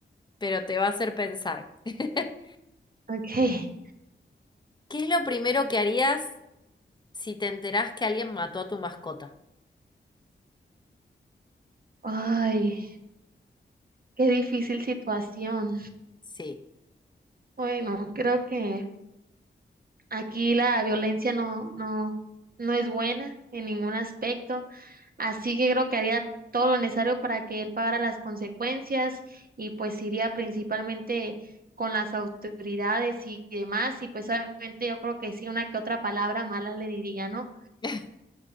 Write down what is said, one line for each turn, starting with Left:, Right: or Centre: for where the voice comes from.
Left: pero te va a hacer pensar. <laughs> ¿Qué
Right: okay.
Left: es lo primero que harías si te enterás que alguien mató a tu mascota?
Right: Ay, qué difícil situación.
Left: Sí.
Right: Bueno, creo que aquí la violencia no, no, no es buena en ningún aspecto. Así que creo que haría todo lo necesario para que él pagara las consecuencias y pues iría principalmente con las autoridades y demás y pues obviamente yo creo que sí una que otra palabra mala le diría, ¿no?
Left: <laughs>